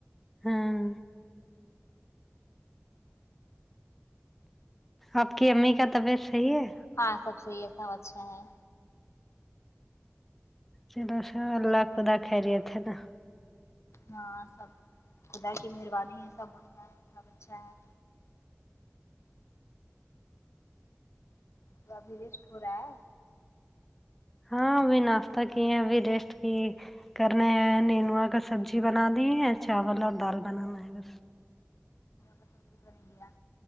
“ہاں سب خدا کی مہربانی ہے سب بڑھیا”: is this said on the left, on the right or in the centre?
Left